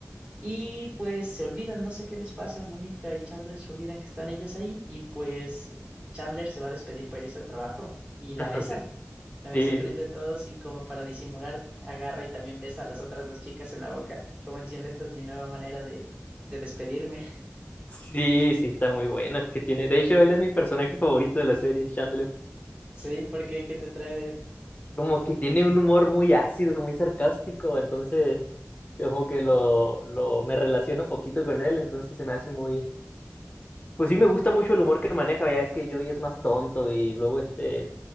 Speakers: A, on the right; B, on the left.
A: Y pues se olvidan, no sé qué les pasa, Mónica y Chandler se olvidan que están ellas ahí y pues Chandler se va a despedir para irse al trabajo y la
B: <laughs>
A: besa. La besa
B: Sí,
A: enfrente
B: sí,
A: de todos y como para disimular, agarra y también besa a las otras dos chicas en la boca, como diciendo, esta es mi nueva manera de, de despedirme.
B: Sí, sí, está muy buena. Es que tiene. De hecho, él es mi personaje favorito de la serie, Chandler.
A: Sí, ¿por qué? ¿Qué te trae de él?
B: Como que tiene un humor muy ácido, muy sarcástico. Entonces, yo como que lo, lo me relaciono poquito con él. Entonces se me hace muy. Pues sí, me gusta mucho el humor que maneja. Ya es que Joey es más tonto y luego este.